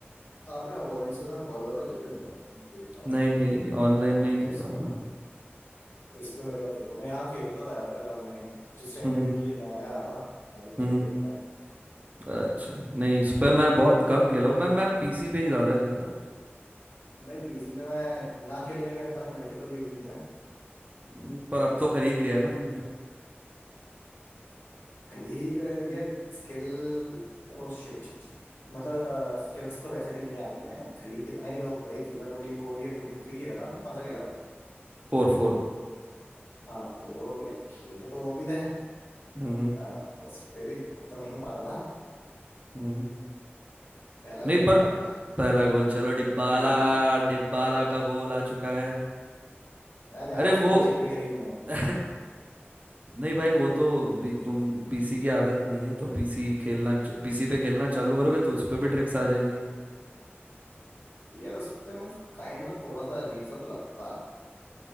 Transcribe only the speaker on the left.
आपने अपोनेंट्स के साथ बहुत ज्यादा खेला नहीं है, मैं देख पा रहा
हूँ
पर्स
का
इस पे मेरे को अब देखो मैं यहाँ खेलता था यार पहले ऑनलाइन जिस टाइम
पहले कि नया आया था अभी चलो
खेलते हैं
और
अभी
भाई पीसी पे मैं ना खेलने के मेरे पास मल्टीपल रीजंस हैं
खरी यार skill oh shit shit shit मतलब स्किल्स तो वैसे भी नहीं आती है ना यार खरीद कितना ही लोग भाई फीफा ट्वेंटी फोर या ट्वेंटी थ्री खेला था हमने कौन सा खेला था
हाँ तो यार खेलते तो वो भी थे
आ, उस पे भी गोल तो नहीं पाता था
पहला
गोल
तो आप ही का है
ओपनिंग गोल जल्दी आया
मैं जा
रहा हूँ
सुनील छेत्री खरीदने
यार उस पे मतलब काइंड ऑफ थोड़ा सा अजीब सा तो लगता है